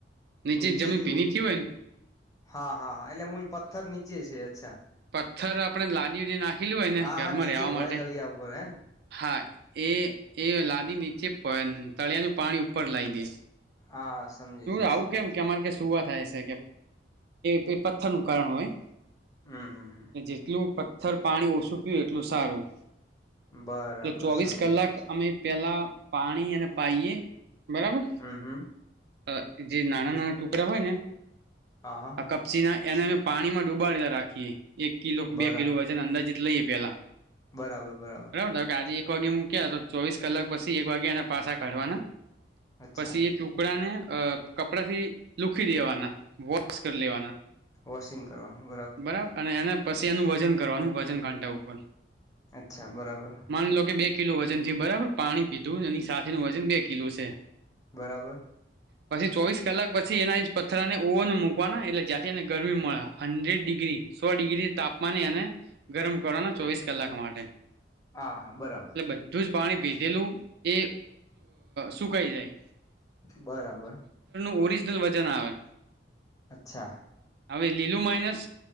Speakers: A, on the right; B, on the left.
A: નીચે
B: નીચેથી
A: જમીન ભીની
B: ઉ
A: થી હોય ને
B: હા, હા, હા એટલે મૂલ પથ્થર નીચે છે, અચ્છા
A: પથ્થર, આપણે લાદી ઉદી નાખેલીું હોય, ને
B: હા
A: ઘરમાં
B: હા નીચે
A: રહેેવા,
B: ભોય
A: માટે
B: તળિયા ઉપર હેને
A: હા, એ એ લાદી નીચે, પ તળિયાનું પાણી ઉપર લાવ દે
B: હા સમજી ગયો
A: આવું
B: સમજી
A: કેમ કે અમારે ક સુવા થાય છે, કે પથ્થર ન કારણ હોય
B: હમ હમ હમ
A: જેટલું પથ્થર પાણી ઓછું, પીયું એટલું સારું
B: બરાબર
A: એટલે ચોવીસ
B: સમજી
A: કલાક,
B: ગયો છે
A: અમે પેલા પાણી અને પાઇએ, બરાબર
B: હમ હમ
A: અ જે નાના, નાના ટુકડા હોય, ને
B: હા હા
A: આ કપચી ના એને અમે પાણીમા ડુબાડેલા રાખીએ, એક કિલો
B: બરા
A: બે કિલો વજન અંદાજત લઈએ, પેલા
B: બરાબર, બરાબર.
A: ધારો કે આજે એક વાગે મૂક્યા, તો ચોવીસ કલાક પછી એક વાગ્યા એને પાસા કાઢવાના
B: અચ્છા
A: પછી, એ ચો આને કપડાથી, લુખ દેવાના કરી લેવાના
B: વોશિંગ કરવાનું
A: બરાબર, અને એને પછી, એનું વજન કરવાનું વજન, કાંટા ઉપર
B: અચ્છા, બરાબર.
A: માની લો કે બે કિલો વજનથી બરાબર, પાણી પીધું એની સાથેનું વજન, બે કિલો છે.
B: બરાબર.
A: પછી, ચોવીસ કલાક પછી, એના પથરાને ઓવન મકવાના એટલે જ્યાંથી, એને ગરમી મળે હન્ડ્રેડ ડિગ્રી સૌ, ડીગી તાપમાની અને ગરમ કરવાના ચોવીસ, કલાક માટે
B: હા હા બરાબર
A: એટલે બધું જ પાણી ભીધેલું, એ સુકાઈ જાય
B: બરાબર.
A: ઓરિજનલ, વજન આવે
B: અચ્છા
A: હવે, લીલું માઇનસ